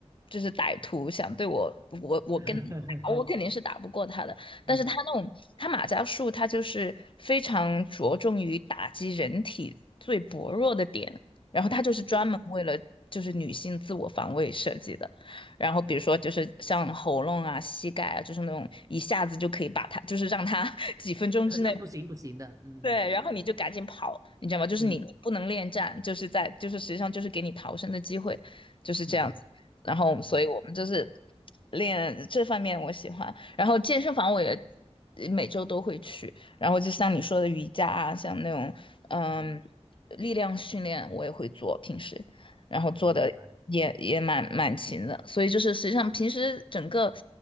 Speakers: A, on the left; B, on the right.
A: 就是歹徒想对我，我我跟他打，
B: <laughs>，
A: 我肯定是打不过他的。
B: 嗯，
A: 但是他那种他马伽术，他就是非常着重于打击人体最薄弱的点。然后它就是专门为了就是女性自我防卫设计的。
B: 有
A: 然后比如说就是像喉咙啊、膝盖啊，就是那种一下子就可以把它，就是让它 <laughs> 几分钟之内
B: 可能不行不行的，嗯
A: 对，然后你就赶紧跑，你知道吗？就是你你不能恋战，
B: 嗯
A: 就是在就是实际上就是给你逃生的机会，就是这样子。
B: 嗯
A: 然后，
B: 嗯
A: 所以我们就是练这方面我喜欢。然后健身房我也呃每周都会去。然后就像你说的瑜伽啊，像那种嗯力量训练我也会做，
B: 嗯，
A: 平时然后做的也也蛮蛮勤的。
B: 嗯明白，
A: 所以就是实际上平时整个